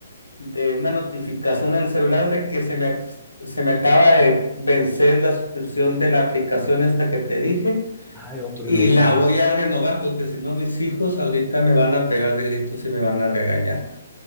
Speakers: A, on the left; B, in the centre.
A: de una notificación en el celular de que se me, ac- se me acaba de vencer la suscripción de la aplicación esta que te dije
B: Ay, hombre,
A: y
B: no digan.
A: la voy a renovar porque si no mis hijos ahorita me van a pegar de gritos y me van a regañar.